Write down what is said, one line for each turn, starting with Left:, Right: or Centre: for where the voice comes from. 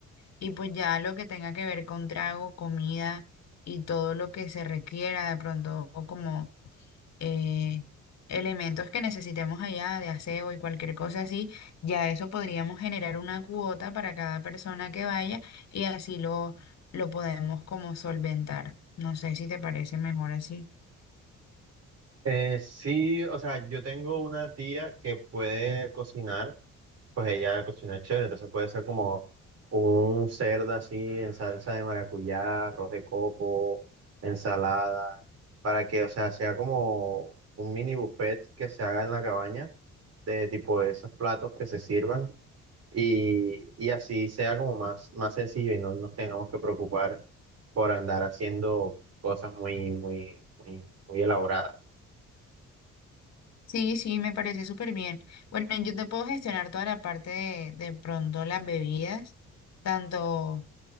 Left: Y pues ya lo que tenga que ver con trago, comida y todo lo que se requiera de pronto o como eh, elementos que necesitemos allá de aseo y cualquier cosa así, ya eso podríamos generar una cuota para cada persona que vaya y así lo, lo podemos como solventar. No sé si te parece mejor así.
Right: Eh, sí, o sea, yo tengo una tía que puede cocinar pues ella cocina chévere, entonces puede ser como un cerdo así en salsa de maracuyá, arroz de coco, ensalada, para que, o sea, sea como un mini buffet que se haga en la cabaña de tipo esos platos que se sirvan y, y así sea como más, más sencillo y no nos tengamos que preocupar por andar haciendo cosas muy, muy, muy, muy elaboradas.
Left: Sí, sí, me parece súper bien. Bueno, yo te puedo gestionar toda la parte de, de pronto las bebidas, tanto